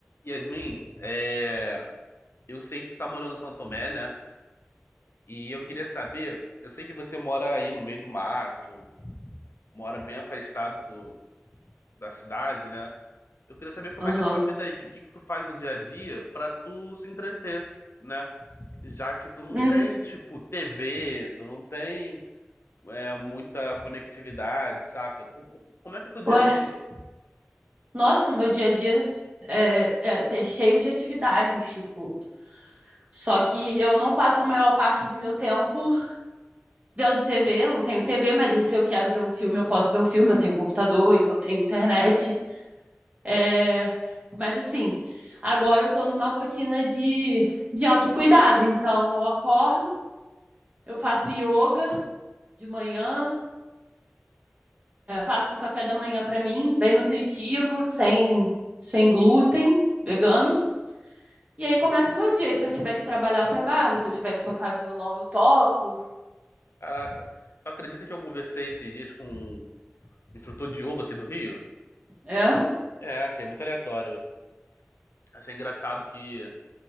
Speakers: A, on the left; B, on the right.
A: Yasmin, é, eu sei que tu tá morando em São Tomé, né? E eu queria saber, eu sei que você mora aí no meio do mato, mora bem afastado do, da cidade, né? Eu queria saber como
B: Aham.
A: é que é a tua vida aí, que- o que que tu faz no dia a dia pra tu se entreter, né? Já que tu não
B: Hum,
A: tem, tipo, TV, tu não tem é, muita conectividade, saca? Como, como é que é o teu dia
B: ué,
A: a dia? aí?
B: nossa, meu dia a dia é, é, é cheio de atividades, tipo. Só que eu não passo a maior parte do meu tempo vendo TV, eu não tenho TV, mas se eu quero ver um filme, eu posso ver um filme, eu tenho computador, então eu tenho internet. É, mas assim, agora eu tô numa rotina de, de autocuidado, então eu acordo, eu faço yoga de manhã, é, faço um café da manhã pra mim, bem nutritivo, sem, sem glúten, vegano. E aí começa o meu dia. E se eu tiver que trabalhar, eu trabalho. Se eu tiver que tocar violão, eu toco.
A: Caraca, tu acredita que eu conversei esses dias com um instrutor de yoga aqui do Rio?
B: É,
A: É, achei muito aleatório. Achei engraçado que